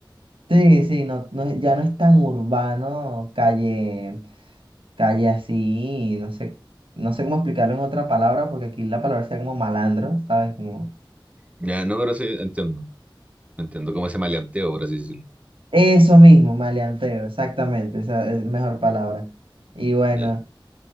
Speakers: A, on the right; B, on the right.
A: Sí, sí, no, no, es- ya no es tan urbano, calle, calle así, no sé, no sé cómo explicarlo en otra palabra, porque aquí la palabra sea como malandro, ¿sabes? Como
B: Ya, no, pero sí, entiendo. No Entiendo cómo ese maleanteo, por así decirlo.
A: eso mismo, maleanteo, exactamente, esa es mejor palabra. Y bueno,
B: Ya,